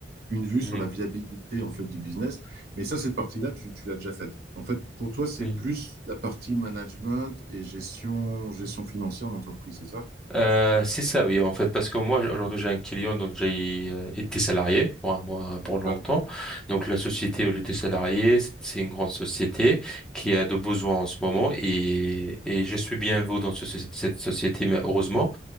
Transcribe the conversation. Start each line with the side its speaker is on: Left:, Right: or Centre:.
Right: une vue
Centre: mhm,
Right: sur la viabilité en fait du business. Mais ça, cette partie-là, tu, tu l'as déjà faite. En fait, pour toi, c'est
Centre: mhm.
Right: plus la partie management et gestion, gestion financière d'entreprise, c'est ça?
Centre: Euh, c'est ça, oui, en fait, parce que moi, j- aujourd'hui, j'ai un client, donc j'ai euh, été salarié pour un mois, pour
Right: D'accord.
Centre: longtemps. Donc, la société où j'étais salarié, c- c'est une grande société qui a de besoins en ce moment et, et je suis bien vous dans ce- cette société, mais heureusement